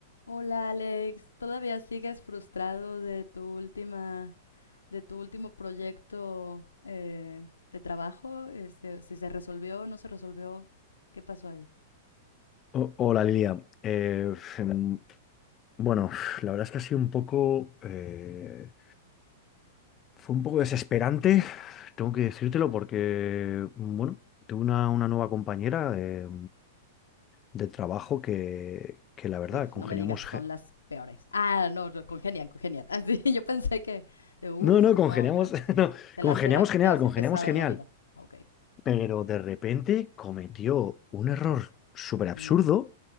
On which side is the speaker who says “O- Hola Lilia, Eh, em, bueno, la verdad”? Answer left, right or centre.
Left